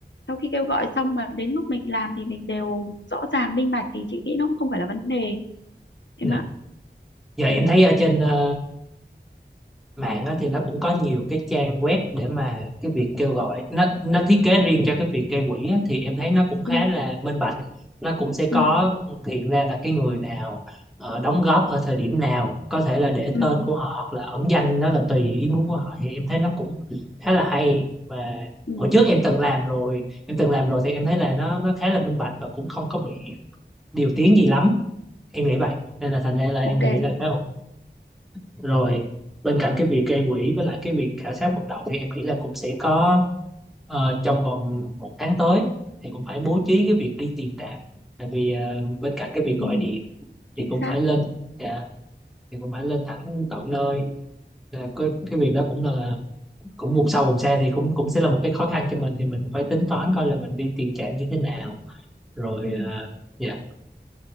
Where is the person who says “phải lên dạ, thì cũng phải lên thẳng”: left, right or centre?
Centre